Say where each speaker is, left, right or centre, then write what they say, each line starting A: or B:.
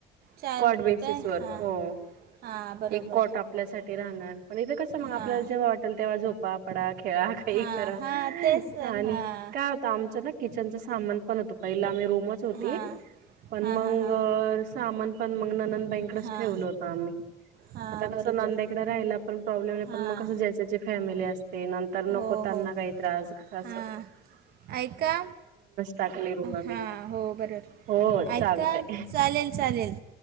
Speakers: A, on the right; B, on the right.
A: चार
B: कॉड
A: मुलं
B: बेसिस
A: काय
B: वर,
A: हां
B: हो.
A: हां बरोबर
B: एक कॉट आपल्यासाठी राहणार पण इथे कसं मग
A: हां
B: आपल्याला जेव्हा वाटेल तेव्हा झो पा पडा खेळा काहीही
A: हां
B: करा
A: हां तेच तर
B: आणि
A: हां
B: का आमचं ना किचनचं सामान पण होत पहिलं आम्ही रूमच होती
A: हां
B: पण
A: हां
B: मग
A: हां हां
B: सामान पण मग ननंद बाईनंकडं
A: हां
B: ठेवलं होत आम्ही.
A: हां
B: आता
A: बरोबर
B: कसं नंदेकडे राहायला पण प्रॉब्लेम नाही
A: हां
B: पण मग कसं जायची त्याची फॅमिली असते ते नंतर नको
A: हो
B: त्यांना
A: हो
B: काही त्रास असं.
A: हां ऐका
B: टाकली रूम आम्ही
A: हा हो बरं.
B: हो
A: ऐका
B: चालतय
A: चालेल चालेल